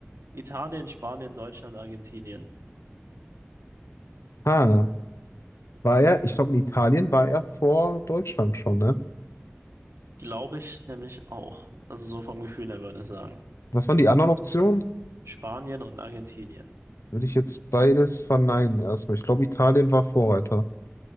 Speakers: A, on the right; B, on the left.
A: Italien, Spanien, Deutschland, Argentinien.
B: Ah, war er, ich glaube, in Italien war er vor Deutschland schon, ne?
A: Glaube ich nämlich auch. Also so vom Gefühl her würde ich sagen.
B: Was waren die anderen Optionen?
A: Spanien und Argentinien.
B: Würde ich jetzt beides verneinen erstmal. Ich glaube, Italien war Vorreiter.